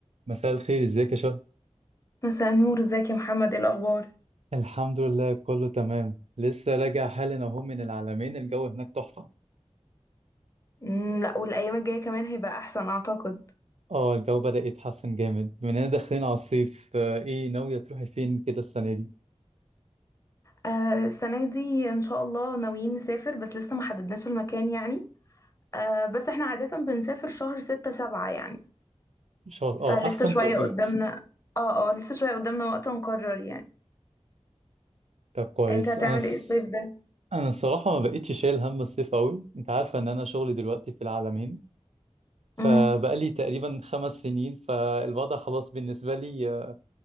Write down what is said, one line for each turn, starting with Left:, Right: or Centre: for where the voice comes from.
Right: مساء الخير ازيك يا شهد
Left: مساء النور ازيك يا محمد ايه الاخبار
Right: الحمد لله كله تمام لسه راجع حالا اهو من العلمين الجو هناك تحفة
Left: مم، لا والايام الجايه كمان هيبقى احسن اعتقد
Right: اه الجو بدأ يتحسن جامد بما اننا داخلين على الصيف آه، ايه ناوية تروحي فين كده السنة دي
Left: آه السنه دي ان شاء الله ناويين نسافر بس لسه ما حددناش المكان يعني آه بس احنا عاده بنسافر شهر ستة سبعة يعني
Right: ان شاء الله
Left: فلسه
Right: اه احسن
Left: شويه
Right: توقيت
Left: قدامنا اه اه لسه شويه قدامنا وقت نقرر يعني
Right: طب كويس
Left: انت هتعمل
Right: انا س...
Left: ايه الصيف ده
Right: انا الصراحة ما بقتش شايل هم الصيف قوي انت عارفة ان انا شغلي دلوقتي في العلمين فبقالي
Left: امم
Right: تقريبا خمس سنين فالوضع خلاص بالنسبة لي آه،